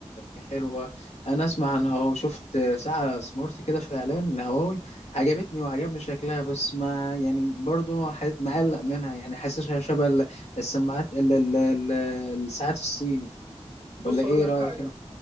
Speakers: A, on the left; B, on the right.
A: حلوة أنا أسمع عن هواوي شفت ساعة سمارت كده في إعلان لهواوي عجبتني وعجبني شكلها بس ما يعني برضو ح- مقلق منها يعني حاسسها شبه ال- السماعات ال- ال- ال- الساعات الصيني
B: بص
A: ولا إيه
B: اقول لك
A: رأيك
B: حاجة
A: أنت؟